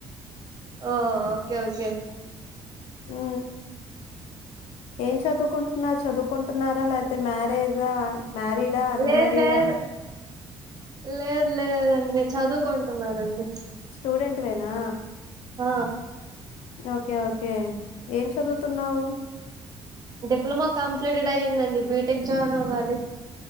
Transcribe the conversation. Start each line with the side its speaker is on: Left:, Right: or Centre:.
Right: ఆ ఓకే ఓకే
Left: ఉ ఏం చదువుకుంటున్న చదువుకుంటున్నారా లేపోతే మ్యారేజా మ్యరీడాడా అన్మరీడాడా
Right: లేదు లేదు లేదు లేదండి నేను చదువుకుంటున్నానండి
Left: స్టూడెంట్ ేనా
Right: ఆ
Left: ఓకే ఓ కే ఏం చదువుతున్నావు
Right: డిప్లమా కంప్లీటెడ్ అయ్యిందండి బీటెక్ జాయిన్ అవ్వాలి